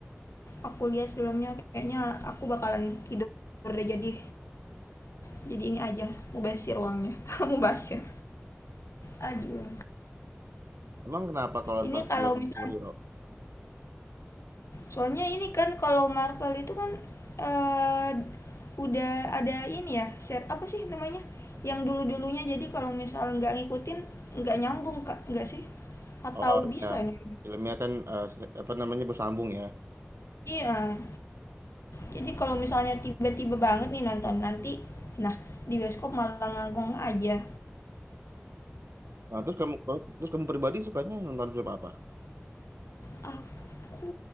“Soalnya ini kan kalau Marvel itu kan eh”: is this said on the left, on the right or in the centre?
Left